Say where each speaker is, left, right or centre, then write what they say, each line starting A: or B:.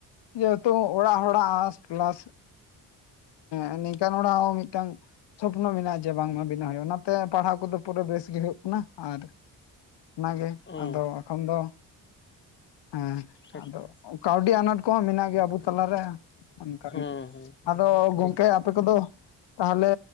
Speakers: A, on the left; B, on the left.
A: ᱡᱮᱦᱮᱛᱩ ᱚᱲᱟᱜ ᱦᱚᱲᱟᱜ ᱟᱥ ᱯᱞᱟᱥᱼᱼ ᱮᱸ ᱱᱤᱝᱠᱟᱱ ᱦᱚᱲᱟᱜ ᱦᱚᱸ ᱢᱤᱫᱴᱟᱝᱼᱼ ᱥᱚᱯᱱᱚ ᱢᱮᱱᱟᱜ-ᱟ ᱡᱮ ᱵᱟᱝᱢᱟ ᱵᱮᱱᱟᱣ ᱦᱩᱭᱩᱜ-ᱟ ᱚᱱᱟᱛᱮ ᱯᱟᱲᱦᱟᱜ ᱠᱚᱫᱚ ᱯᱩᱨᱟᱹ ᱵᱮᱥ ᱜᱮ ᱦᱩᱭᱩᱜ ᱠᱟᱱᱟ, ᱟᱨᱼᱼ ᱚᱱᱟᱜᱮ
B: ᱚ
A: ᱟᱫᱚ ᱮᱠᱷᱚᱱ ᱫᱚᱼᱼ ᱦᱮᱸ
B: ᱟᱪᱪᱷᱟ
A: ᱟᱫᱚ ᱠᱟᱹᱣᱰᱤ ᱟᱱᱟᱴ ᱠᱚᱦᱚᱸ ᱢᱮᱱᱟᱜ ᱜᱮᱭᱟ ᱟᱵᱚ ᱛᱟᱞᱟᱨᱮ᱾ ᱚᱱᱠᱟᱜᱮ,
B: ᱦᱮᱸ ᱦᱮᱸ ᱦᱮᱸ
A: ᱟᱫᱚ ᱜᱚᱝᱠᱮᱼᱼ
B: ᱴᱷᱤᱠ ᱴᱷᱤᱠ
A: ᱟᱯᱮ ᱠᱚᱫᱚ ᱛᱟᱦᱞᱮ